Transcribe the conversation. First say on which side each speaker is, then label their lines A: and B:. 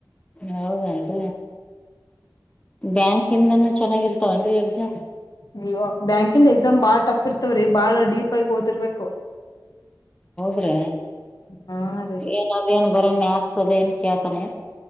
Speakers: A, on the left; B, on the left.
A: ಹೌದ್ರ. ಬ್ಯಾಂಕ್ ಇಂದನೂ ಚೆನ್ನಾಗಿರ್ತ್ತ. ತೊಂಡರಿ ಎಕ್ಸಾಮ್.
B: ನೀ ಬ್ಯಾಂಕಿಂದ ಎಕ್ಸಾಮ್ ಬಾಳ್ ಟಫ್ ಇರ್ತವ್ರಿ ಬಾಳ ಡಿಪ್ ಆಗಿ ಓದಿರ್ಬೇಕು.
A: ದ್ರೆ
B: ಹಾ ರೀ
A: ಏನ ಅದೇನ್ ಬರ ಮ್ಯಾತ್ ಸದೇನ್ ಖ್ಯಾತನೇ.